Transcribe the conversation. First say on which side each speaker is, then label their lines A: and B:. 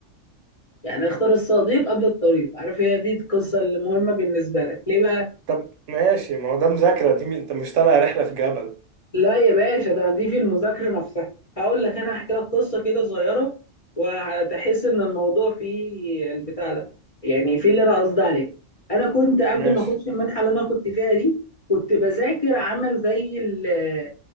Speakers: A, on the left; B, on the right.
A: يعني اختار الصديق قبل الطريق عارف هي دي القصه المهمه بالنسبه لك ليه بقى
B: طب ماشي ما هو ده مذاكره دي م- انت مش طالع رحله في جبل
A: لا يا باشا ده دي في المذاكرة نفسها هقول لك أنا هحكي لك قصة كده صغيرة وهتحس إن الموضوع فيه البتاع ده يعني في اللي أنا قصدي عليه أنا كنت قبل
B: ماشي
A: ما أخش المنحة اللي أنا كنت فيها دي كنت بذاكر عامل زي ال-